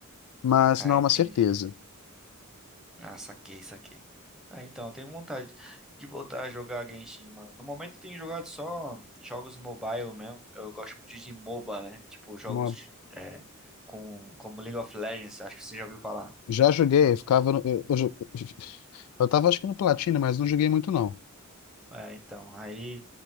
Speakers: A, on the left; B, in the centre.
A: Mas
B: Ah,
A: não é
B: entendi.
A: uma certeza.
B: Ah, saquei, saquei. Ah, então, eu tenho vontade de voltar a jogar Genshin, mano. No momento eu tenho jogado só jogos mobile mesmo. Eu gosto muito de MOBA, né? Tipo, jogos
A: Uma-
B: é, com, como League of Legends, acho que você já ouviu falar.
A: Já joguei, eu ficava. no- Eu, eu, jo- <laughs> eu tava acho que no Platina, mas não joguei muito, não.
B: É, então, aí